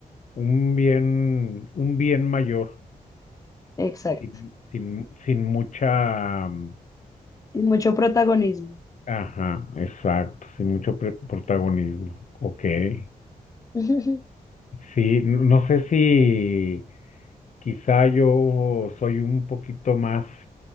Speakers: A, on the left; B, on the left.
A: un bien, un bien mayor.
B: Exacto.
A: Sin, sin, sin mucha, mm,
B: Y mucho protagonismo.
A: ajá, exacto, sin mucho pre- protagonismo. Ok, sí,
B: <laughs>
A: sí, no sé si quizá yo soy un poquito más